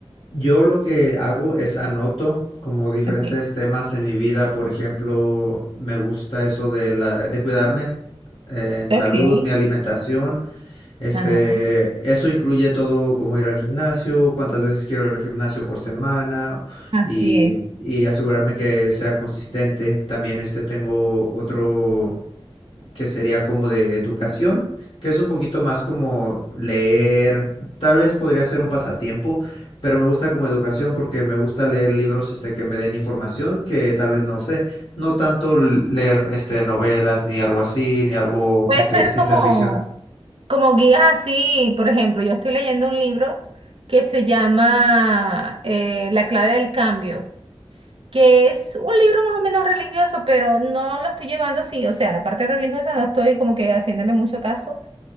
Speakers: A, on the left (about 60°); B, on the right (about 60°).
A: yo lo que hago es anoto como diferentes
B: Okay.
A: temas en mi vida, por ejemplo, me gusta eso de la de cuidarme eh, en salud,
B: okay
A: mi alimentación. Este,
B: Ajá.
A: eso incluye todo como ir al gimnasio, cuántas veces quiero ir al gimnasio por semana
B: Así
A: y,
B: es.
A: y asegurarme que sea consistente. También este tengo otro que sería como de educación, que es un poquito más como leer, tal vez podría ser un pasatiempo, pero me gusta como educación porque me gusta leer libros este que me den información que tal vez no sé, no tanto leer este novelas ni algo así, ni algo
B: Puede
A: este
B: ser
A: ciencia
B: como,
A: ficción.
B: como guías así, por ejemplo, yo estoy leyendo un libro que se llama eh, La clave del cambio, que es un libro más o menos religioso, pero no lo estoy llevando así, o sea, la parte religiosa no estoy como que haciéndole mucho caso,